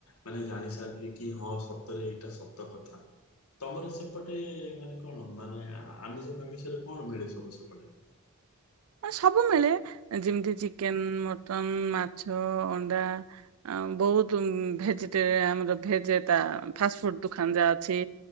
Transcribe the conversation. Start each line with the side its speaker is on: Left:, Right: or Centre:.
Left: ମାନେ ଜାଣି ସାରିଲି କି, ହଁ ସତରେ ଏଇଟା ସତ କଥା। ତମର ସେପଟେ, ମାନେ କଣ ମାନେ ଆମିଷ ଫାମିଷରେ କଣ ମିଳେ ସବୁ ସେପଟେ?
Right: ସବୁ ମିଳେ ଯେମିତି ଚିକେନ, ମଟନ, ମାଛ, ଅଣ୍ଡା। ଆ ବହୁତ ଭେଜି ଆମର ଭେଜ ଏତା ଫାଷ୍ଟଫୁଡ ଦୋକାନ ଯାହା ଅଛି।